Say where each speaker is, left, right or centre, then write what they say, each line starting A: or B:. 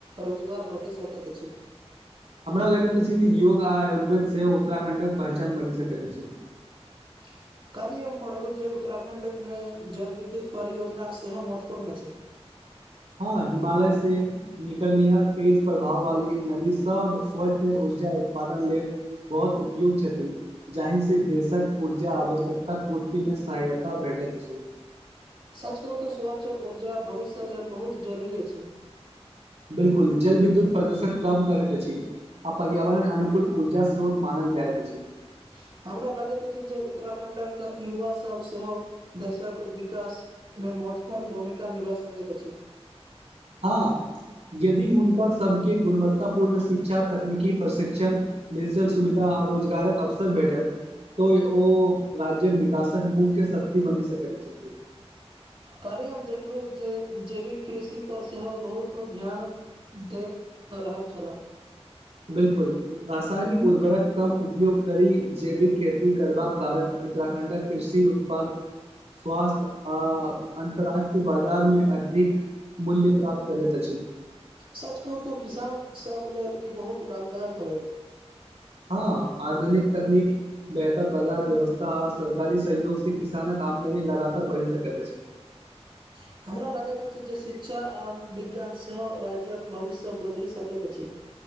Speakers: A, on the right (about 50°); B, on the right (about 75°).
A: रोजगार भेटि सकैत अछि।
B: हमरा लगैत अछि जे, योग आ आयुर्वेद सेहो उत्तराखण्डक पहचान बनि सकैत अछि।
A: <inaudible> काल्हि हम पढ़लहुं जे, उत्तराखण्ड मे जल विद्युत परियोजना सेहो महत्वपूर्ण अछि। <inaudible>
B: हां, हिमालय से निकललिया तेज प्रवाह वाली नदी सब स्वच्छ उर्जा उत्पादन लेल बहुत उपयुक्त छथिन, जाहि से देश सं उर्जा आवश्यकताक पूर्ति मे सहायता भेटैत अछि।
A: सच कहु त स्वच्छ उर्जा भविष्य लेल बहुत जरूरी अछि।
B: बिलकुल, जल विद्युत प्रदूषण कम करैत अछि। आ पर्यावरण अनुकुल उर्जा स्रोत मानल जाइत अछि।
A: <inaudible> हमरा लगैत अछि जे उत्तराखंडक युवा सब सेहो देशक विकास मे महत्वपूर्ण भूमिका निभा सकैत अछि।
B: हां। यदि हुनका सबके गुणवत्तापूर्ण शिक्षा, तकनीकी प्रशिक्षण, नेचर सुविधा आ रोजगारक अवसर भेटत। तें ओ राज्यक विकासक मुख्य शक्ति बनि सकैत छैय।
A: <inaudible> कहली हम देखलहुं जे जैविक कृषि पर सेहो बहुत ध्यान देख रहल छलाह।
B: बिलकुल, रासायनिक उर्वरक कम उपयोग करि, जैविक खेती करबाक कारण उत्तराखण्डक कृषि उत्पाद स्वास्थ्य आ अन्तर्राष्ट्रीय बाजारमे अधिक मूल्य प्राप्त करैत अछि।
A: सच कहु त किसान सब लेल इ बहुत लाभदायक होयत।
B: हां, आधुनिक तकनीक, बेहतर बजार व्यवस्था आ सरकारी सहयोग से किसानक आमदनी लगातार बढ़ि सकैत अछि।
A: <inaudible> हमरा लगैत अछि जे शिक्षा आ विज्ञान सेहो राज्यक भविष्य बदलि सकैत अछि।